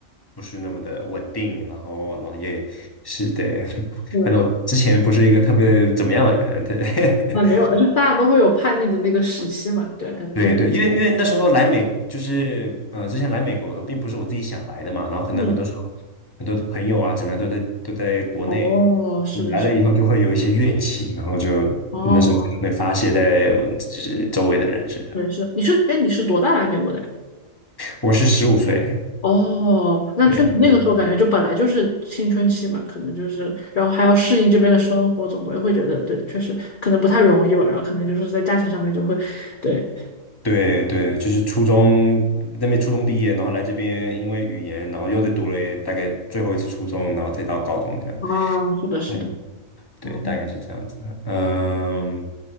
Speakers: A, on the left (about 20°); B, on the left (about 45°).
A: 不是那么的稳定，然后然后也是对，<laughs>
B: 是的，
A: 反正我之前不是一个特别怎么样的人，
B: 是的，
A: 对。<laughs>
B: 哎，没有了，就大家都会有叛逆的那个时期嘛，对，可能就是，
A: 对对，因为因为那时候来美就是呃，之前来美国的时候并不是我自己想来的嘛，然后可能很多时候很多的朋友啊，
B: 嗯，
A: 怎么样都在都在国内，
B: 哦，是的，
A: 我们来了以后就会有一些怨气，
B: 是的，
A: 然后就那时候可能会发泄在就是周围的人身上。
B: 哦，对，是的你是，哎，你是多大来美国的呀？
A: 我是十五岁，
B: 哦，那确实那个时候感觉就本来就是青春期嘛，
A: 对，就是
B: 可能就是，然后还要适应这边的生活，总归会觉得对，确实可能不太容易吧，然后可能就是在家庭上面就会，对，
A: 对对，就是初中那边初中毕业，然后来这边因为语言，然后又再读了大概最后一次初中，然后再到高中这样。
B: 哦，是的，是的，
A: 对对，
B: 哦。
A: 大概是这样子。嗯，